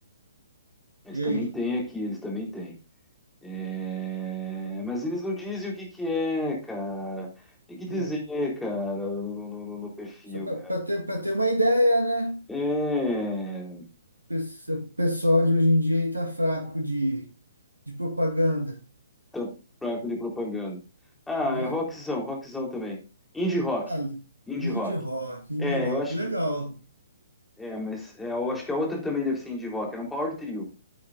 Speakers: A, in the centre; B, on the right.
A: Eles
B: E
A: também
B: aí?
A: têm aqui, eles também têm. É, mas eles não dizem o que que é, cara. Tem que dizer,
B: Bom,
A: cara, no, no- no- no perfil,
B: só para
A: cara.
B: ter, para ter uma ideia, né?
A: É,
B: Pes- O pessoal de hoje em dia aí tá fraco de, de propaganda,
A: tá, fraco de propaganda. Ah,
B: né?
A: é rockzão, rockzão também. Indie rock,
B: Ah,
A: indie
B: indie
A: rock.
B: rock, indie
A: É,
B: rock.
A: eu acho
B: Legal.
A: que, é, mas é, eu acho que a outra também deve ser indie rock. Era um power trio.